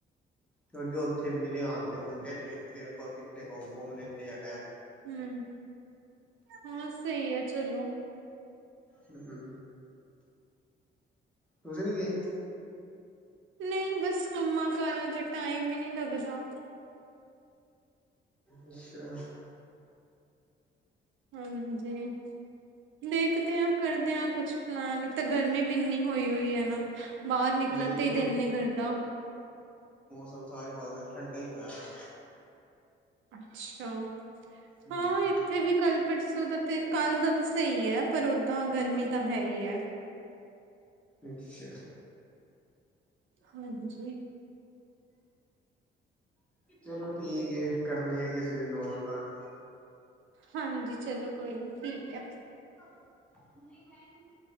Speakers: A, in the centre; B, on the right (about 75°).
A: ਕਿਉਂਕਿ ਉੱਥੇ ਮੇਰੇ ਹਾਣ ਦੇ ਮੁੰਡੇ ਨੇ ਫੇਰ ਆਪਾਂ ਕਿਤੇ ਘੁੰਮ-ਘੁੰਮ ਲੈਂਦੇ ਆ।
B: ਹੂੰ, ਹਾਂ ਸਹੀ ਹੈ ਚਲੋ।
A: ਹੂੰ-ਹੂੰ ਤੁਸੀ ਨੀ ਗਏ?
B: ਨਹੀਂ ਬਸ ਕੰਮਾਂ ਕਾਰਾਂ 'ਚ ਟਾਈਮ ਹੀ ਨਹੀਂ ਲੱਗਦਾ।
A: ਅੱਛਾ।
B: ਹਾਂਜੀ ਦੇਖਦੇ ਹਾਂ ਕਰਦੇ ਹ ਕੁਛ ਪਲਾਨ ਇੱਕ ਤਾਂ ਗਰਮੀ ਵੀ ਇੰਨੀ ਹੋਈ ਹੋਈ ਹੈ ਨਾ ਬਾਹਰ ਨਿਕਲਣ
A: ਨਹੀਂ
B: ਤੇ ਹੀ ਦਿਲ ਨੀ ਕਰਦਾ।
A: ਮੌ ਸਾਰੇ ਪਾਸੇ ਠੰਡਾ ਹੀ ਹੋਇਆ ਵਾ।
B: ਅੱਛਾ।
A: ਹਮ
B: ਹਾਂ ਇੱਥੇ ਵੀ ਕੱਲ ਪਰਸੋਂ ਦਾ ਤੇ ਕੱਲ੍ਹ ਦਾ ਤਾਂ ਸਹੀ ਹੈ। ਪਰ ਓਦਾਂ ਗਰਮੀ ਤਾਂ ਹੈ ਹੀ ਹੈ।
A: ਅੱਛਾ।
B: ਹਾਂਜੀ।
A: ਚਲੋ ਠੀਕ ਕਰਨੇ ਆ ਕਿਸੇ ਦਿਨ ਹੋਰ ਗੱਲ।
B: ਹਾਂਜੀ। ਚਲੋ ਕੋਈ ਨੀ ਠੀਕ ਹੈ।
A: ਨਹੀਂ ਮੈਂ ਨਹੀਂ ਮ